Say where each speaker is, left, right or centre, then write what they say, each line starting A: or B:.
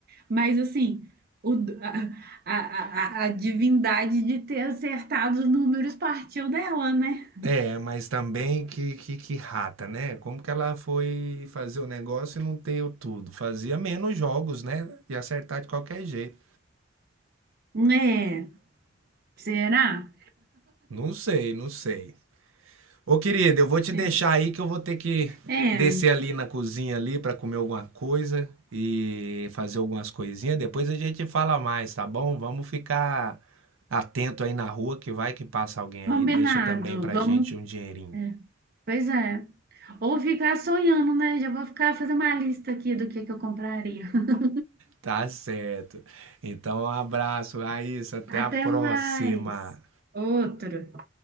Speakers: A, on the right; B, on the right.
A: Mas, assim, o, d- a, a, a, a divindade de ter acertado os números partiu dela, né?
B: É, mas também que, que, que rata, né? Como que ela foi fazer o negócio e não ter o tudo? Fazia menos jogos, né? E acertar de qualquer jeito.
A: É, será?
B: Não sei, não sei. Ô, querido, eu vou te
A: É,
B: deixar aí que eu vou ter que
A: é
B: descer ali na cozinha ali para comer alguma coisa e fazer algumas coisinhas. Depois a gente fala mais, tá bom? Vamos ficar atento aí na rua que vai que passa alguém
A: combinado.
B: aí. Deixa também pra
A: Vamos.
B: gente um dinheirinho.
A: é. Pois é. Ou ficar sonhando, né? Já vou ficar fazer uma lista aqui do que que eu compraria. <laughs>
B: Tá certo. Então, um abraço, Raíssa. Até
A: Até
B: a próxima.
A: mais. Outro.